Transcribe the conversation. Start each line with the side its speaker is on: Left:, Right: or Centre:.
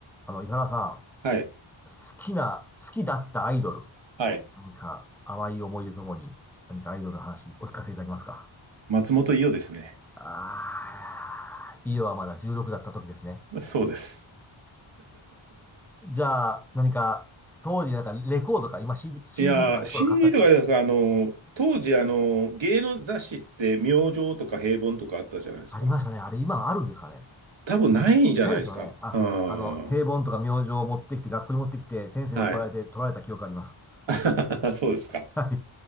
Centre: あの、井原さん、
Right: はい。
Centre: 好きな、好きだったアイドル、
Right: はい。
Centre: 何か淡い思い出ともに、何かアイドルの話お聞かせいただけますか
Right: 松本伊代ですね。
Centre: ああー、イオはまだ16だった時ですね。
Right: そうです。
Centre: じゃあ、何か、当時なんかレコードか、今 CD、CD
Right: いやー、
Centre: とかレコード買ったんですか
Right: C とかですか、あの、当時、あの、芸能雑誌って明星とか平凡とかあったじゃないですか。
Centre: ありましたね。あれ今あるんですかね
Right: 多分ないんじゃないですか。
Centre: 多分今、ないですよね。あ、
Right: うん。
Centre: あの、平凡とか明星を持ってきて、学校に持ってきて、先生に怒られて取られた記憶があります。
Right: はい。<laughs> そうですか。
Centre: はい。